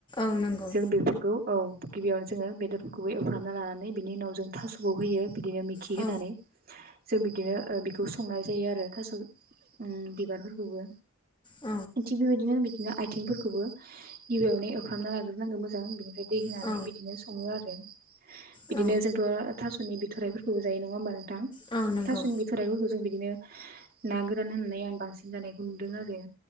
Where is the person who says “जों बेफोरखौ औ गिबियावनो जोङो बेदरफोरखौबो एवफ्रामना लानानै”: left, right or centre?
Right